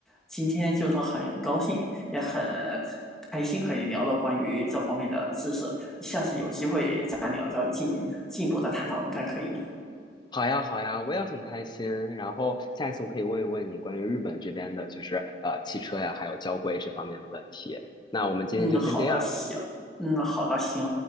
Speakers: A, in the centre; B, on the left.
A: 今天就是说很高兴，也很开心和你聊了关于这方面的知识。下次有机会咱俩再进行进一步的探讨，你看可以吗？
B: 好呀，好呀，我也很开心。然后下一次我可以问一问你关于日本这边的，就是呃汽车呀，还有交规这方面的问题。那我们今天就先这样，
A: 嗯，好的，行，嗯，好的，行，